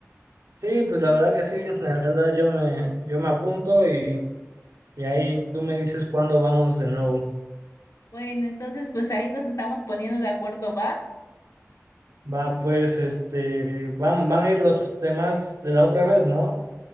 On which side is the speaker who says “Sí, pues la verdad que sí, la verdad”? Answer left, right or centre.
Right